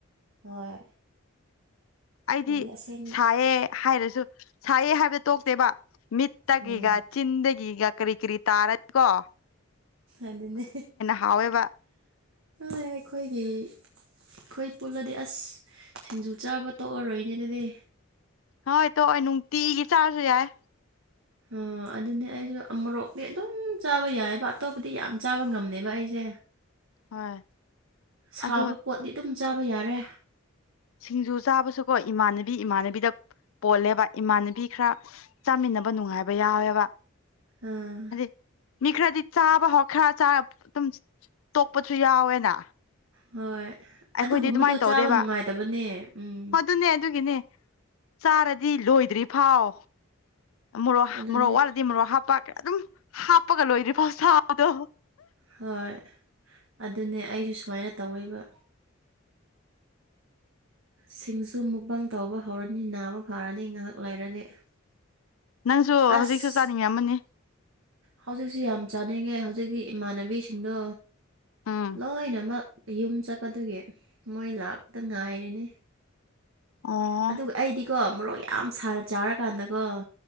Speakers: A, on the right; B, on the left.
A: ꯍꯣꯏ
B: ꯑꯩꯗꯤ
A: ꯑꯣꯏꯌꯦ ꯑꯁꯦꯡꯕ
B: ꯁꯥꯏꯌꯦ ꯍꯥꯏꯔꯁꯨ ꯁꯥꯏꯌꯦ ꯍꯥꯏꯕꯗꯣ ꯇꯣꯛꯇꯦꯕ ꯃꯤꯠꯇꯒꯤꯒ
A: ꯎꯝ
B: ꯆꯤꯟꯗꯒꯤꯒ ꯀꯔꯤ ꯀꯔꯤ ꯇꯥꯔꯅꯤ ꯀꯣ
A: ꯑꯗꯨꯅꯦ
B: ꯍꯥꯎꯋꯦꯕ
A: ꯑꯩꯈꯣꯏꯒꯤ ꯑꯩꯈꯣꯏ ꯄꯨꯜꯂꯗꯤ ꯑꯁ ꯁꯤꯡꯖꯨ ꯆꯥꯕ ꯇꯣꯛꯑꯔꯣꯏꯅꯦ ꯑꯗꯨꯗꯤ
B: ꯍꯣꯏ ꯇꯣ ꯅꯨꯡꯇꯤꯒꯤ ꯆꯥꯔꯁꯨ ꯌꯥꯏ
A: ꯑꯣ ꯑꯗꯨꯅꯦ ꯑꯩꯁꯨ ꯃꯣꯔꯣꯛꯇꯤ ꯑꯗꯨꯝ ꯆꯥꯕ ꯌꯥꯏꯑꯕ ꯑꯇꯣꯞꯄꯗꯤ ꯌꯥꯝ ꯆꯥꯕ ꯉꯝꯃꯦꯕ ꯑꯩꯁꯦ
B: ꯍꯣꯏ
A: ꯁꯥꯕ
B: ꯑꯗꯣ
A: ꯄꯣꯠꯤ ꯑꯗꯨꯝ ꯆꯥꯕ ꯌꯥꯔꯦ
B: ꯁꯤꯡꯖꯨ ꯆꯥꯕꯁꯨꯀꯣ ꯏꯃꯥꯟꯅꯕꯤ ꯏꯃꯥꯟꯅꯕꯤꯗ ꯄꯣꯜꯂꯦꯕ ꯏꯃꯥꯟꯅꯕꯤ ꯈꯔ ꯆꯥꯃꯤꯟꯅꯕ ꯅꯨꯡꯉꯥꯏꯕ ꯌꯥꯎꯋꯦꯕ
A: ꯑꯥ
B: ꯍꯥꯏꯗꯤ ꯃꯤ ꯈꯔꯗꯤ ꯆꯥꯕ ꯍꯥꯎ ꯈꯔ ꯑꯗꯨꯝ ꯇꯣꯛꯄꯁꯨ ꯌꯥꯎꯋꯦꯅ
A: ꯍꯣꯏ
B: ꯑꯩꯈꯣꯏꯗꯤ
A: ꯑꯗꯨꯒꯨꯝꯕꯗꯣ
B: ꯑꯗꯨꯃꯥꯏꯅ ꯇꯧꯗꯦꯕ
A: ꯆꯥꯕ ꯅꯨꯡꯉꯥꯏꯇꯕꯅꯦ ꯎꯝ
B: ꯑꯗꯨꯅꯦ ꯑꯗꯨꯒꯤꯅꯦ ꯆꯥꯔꯗꯤ ꯂꯣꯏꯗ꯭ꯔꯤ ꯐꯥꯎ ꯃꯣꯔꯣꯛ
A: ꯑꯗꯨꯅꯦ
B: ꯃꯣꯔꯣꯛ ꯋꯥꯠꯂꯗꯤ ꯗꯤ ꯃꯔꯣꯛ ꯍꯥꯞꯄ ꯑꯗꯨꯝ ꯍꯥꯞꯄꯒ ꯂꯣꯏꯗ꯭ꯔꯤ ꯐꯥꯎ ꯁꯥꯥꯎꯗꯣ
A: ꯍꯣꯏ ꯑꯗꯨꯅꯦ ꯑꯩꯁꯨ ꯁꯨꯃꯥꯏꯅ ꯇꯧꯋꯕ ꯁꯤꯡꯖꯨ ꯃꯨꯛꯕꯥꯪ ꯇꯧꯕ ꯍꯧꯔꯅꯤ ꯅꯥꯕ ꯐꯥꯔꯅꯤ ꯉꯥꯏꯍꯥꯛ ꯂꯩꯔꯗꯤ
B: ꯅꯪꯁꯨ
A: ꯑꯁ
B: ꯍꯧꯖꯤꯛꯁꯨ ꯆꯥꯅꯤꯡꯉꯤ ꯑꯃꯅꯤ
A: ꯍꯧꯖꯤꯛꯁꯨ ꯌꯥꯝ ꯆꯥꯅꯤꯡꯉꯦ ꯍꯧꯖꯤꯛꯇꯤ ꯏꯃꯥꯟꯅꯕꯤꯁꯤꯡꯗꯣ
B: ꯎꯝ
A: ꯂꯣꯏꯅꯃꯛ ꯌꯨꯝ ꯆꯠꯄꯗꯨꯒꯤ ꯃꯣꯏ ꯂꯥꯛꯇ ꯉꯥꯏꯔꯤꯅꯤ
B: ꯑꯣ
A: ꯑꯗꯨꯒ ꯑꯩꯗꯤꯀꯣ ꯃꯔꯣꯛ ꯌꯥꯝ ꯁꯅ ꯆꯥꯔꯀꯥꯟꯗꯀꯣ